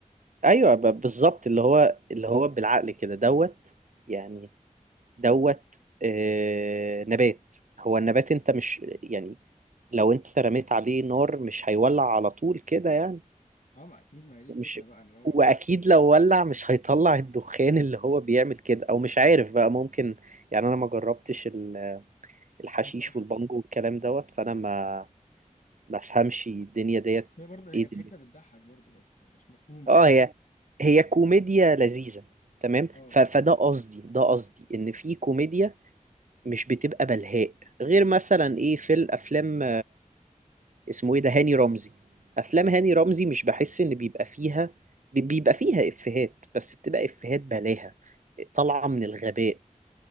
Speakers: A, on the right; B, on the left.
A: أيوه ب- بالظبط اللي هو اللي هو بالعقل كده دوت يعني دوت آه نبات هو النبات أنت مش يعني لو أنت رميت عليه نار مش هيولع على طول كده يعني
B: اه ما اكيد ما هي دي الفكره
A: مش
B: بقى ان هو
A: واكيد لو ولع مش هيطلع الدخان اللي هو بيعمل كده او مش عارف بقى ممكن يعني انا ما جربتش ال- الحشيش
B: اه طبعا
A: والبانجو والكلام دوت فانا ما ما افهمش الدنيا ديت
B: بس هي برضه هي
A: ايه
B: كانت
A: دنيا
B: حته بتضحك برضه بس مش مفهومه
A: اه هي هي كوميديا لذيذة تمام
B: اه
A: ف... فده قصدي ده قصدي ان في كوميديا مش بتبقى بلهاء غير مثلا ايه في الافلام اسمه ايه ده هاني رمزي افلام هاني رمزي مش بحس ان بيبقى فيها بي- بيبقى فيها افيهات بس بتبقى افيهات بلاهة طالعة من الغباء